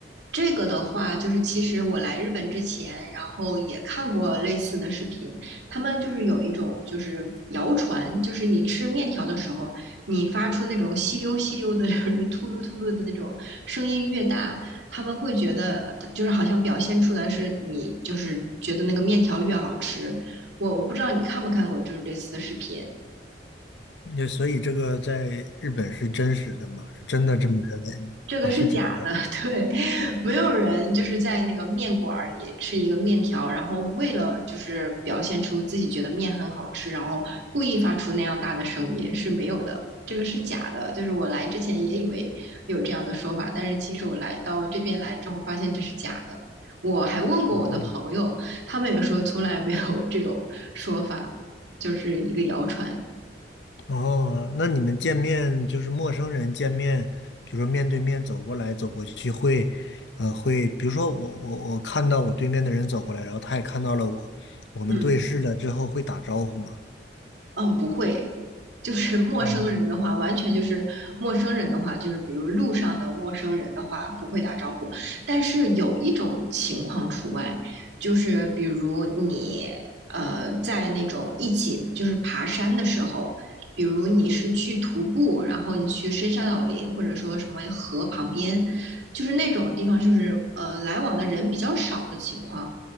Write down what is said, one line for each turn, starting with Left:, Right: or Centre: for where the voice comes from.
Right: 这个的话，就是其实我来日本之前，然后也看过类似的视频，他们就是有一种就是谣传，就是你吃面条的时候，你发出那种吸溜吸溜的，就是秃噜秃噜的那种声音越大，他们会觉得就是好像表现出来是你就是觉得那个面条越好吃。我我不知道你看没看过就是类似的视频。
Left: 那所以这个在日本是真实的嘛？是真的这么认为吗啊？
Right: 这个是假的，
Left: 是假的？
Right: <laughs> 对，没有人就是在那个面馆儿里吃一个面条，然后为了就是表现出自己觉得面很好吃，然后故意发出那样大的声音是没有的，这个是假的。就是我来之前也以为有这样的说法，但是其实我来到这边来之后发现这是假的。我还问过我的朋友，
Left: 嗯。嗯
Right: 他们也说从来没有这种说法，就是一个谣传。
Left: 哦，那你们见面就是陌生人见面，比如说面对面走过来走过去会，呃，会，比如说我我我看到我对面的人走过来，然后他也看到了我，我们对视了之后会打招呼吗？
Right: 嗯。嗯，不会，就是陌生人的话，
Left: 啊
Right: 完全就是陌生人的话，就是比如路上的陌生人的话，不会打招呼。但是有一种情况除外，就是比如你呃在那种一起就是爬山的时候，比如你是去徒步，然后你去深山老林，或者说什么河旁边，就是那种地方，就是呃来往的人比较少的情况。